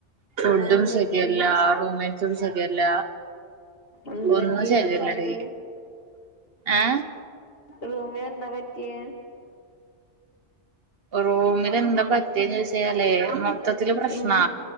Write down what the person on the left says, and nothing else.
എന്ത്
പറ്റി
എന്ത്
പറ്റിയേ
റൂമില്
റൂമിന്‌ എന്താ പറ്റിയെ
ഉം